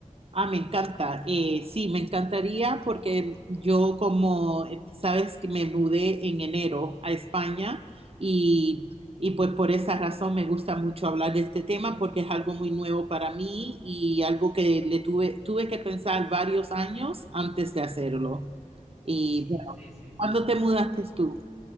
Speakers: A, on the right (about 45°); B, on the left (about 60°).
A: Ah, me encanta. Eh, sí, me encantaría porque yo como, eh, sabes que me mudé en enero a España y, y pues por esa razón me gusta mucho hablar de este tema porque es algo muy nuevo para mí y algo que le tuve, tuve que pensar varios años antes de hacerlo. Y
B: Sí,
A: bueno,
B: sí, sí.
A: ¿cuándo te mudaste tú?